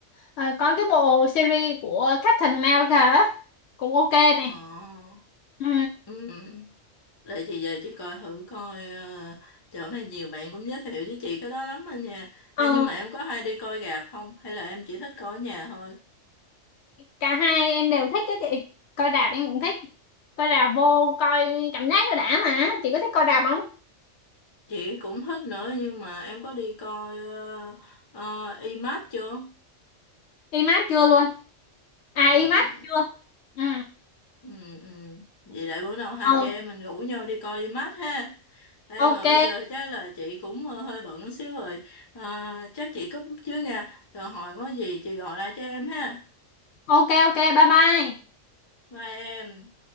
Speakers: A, on the left; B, on the left.
A: ờ, có cái bộ series của Captain America á cũng ok này.
B: ờ
A: Ừ.
B: ừ. để chị về chị coi thử coi ờ, chỗ này nhiều bạn cũng giới thiệu với chị cái đó lắm anh nha Ê,
A: Ờ,
B: nhưng mà em có hay đi coi rạp không hay là em chỉ thích coi ở nhà thôi
A: cả hai em đều thích á chị. Coi rạp em cũng thích. Coi rạp vô coi cảm giác nó đã mà. Chị có thích coi rạp không?
B: Chị cũng thích nữa nhưng mà em có đi coi uh, uh, IMAX chưa?
A: IMAX chưa luôn? à
B: Ờ,
A: IMAX chưa ừ
B: ừ, ừ. Vậy để bữa nào hai
A: ừ
B: chị em mình rủ nhau đi coi IMAX ha. Thế
A: ok
B: mà bây giờ chắc là chị cũng ờ, hơi bận xíu rồi. Ờ, chắc chị cúp chứ nha. Rồi hồi có gì chị gọi lại cho em ha.
A: ok ok bye bye
B: Bye em.